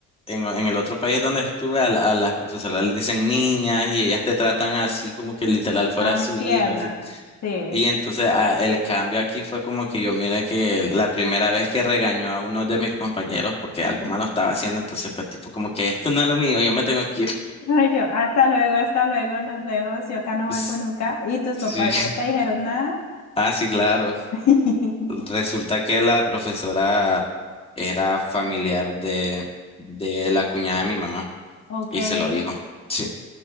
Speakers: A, on the left; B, on the left.
A: en, en el otro país donde estuve a, la- a las profesoras les dicen niñas y ellas te tratan así como que literal fuera
B: ah, muy
A: su
B: tiernas.
A: hijo, así.
B: Sí.
A: Y entonces a- el cambio aquí fue como que yo miré que la primera vez que regañó a uno de mis compañeros porque algo malo estaba haciendo, entonces fue tipo como que esto no es lo mío, yo me tengo que ir.
B: Ay, yo, hasta luego, hasta luego, nos vemos, yo acá no
A: <laughs>
B: vuelvo nunca. ¿Y tus
A: Sí.
B: papás no te dijeron nada?
A: Ah, sí, claro.
B: <laughs>
A: Resulta que la profesora era familiar de, de la cuñada de mi mamá
B: Ok,
A: y
B: <laughs> y
A: se lo dijo. Sí,